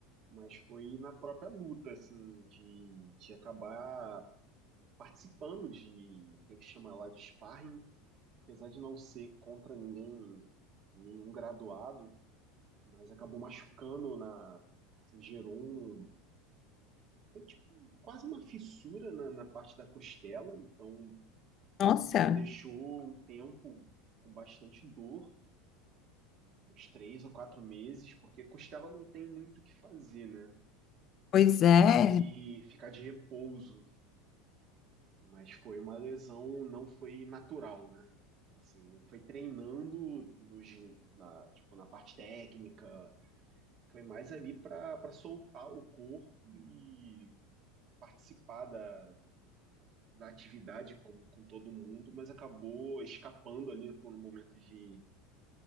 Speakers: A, on the right (about 40°); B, on the left (about 35°).
A: mas foi na própria luta, assim, de, de acabar participando de, que ele chama lá de sparring, apesar de não ser contra ninguém, nenhum graduado, mas acabou machucando na, assim, gerou um Foi tipo, quase uma fissura na, na parte da costela, então
B: Nossa,
A: isso me deixou um tempo com bastante dor, uns três ou quatro meses, porque costela não tem muito o que fazer, né?
B: pois
A: Você
B: é.
A: tem que ficar de repouso, mas foi uma lesão, não foi natural, né? Então, assim, não foi treinando no, gi- na, tipo, na parte técnica, foi mais ali para para soltar o corpo e participar da, da atividade com, com todo mundo, mas acabou escapando ali por um momento de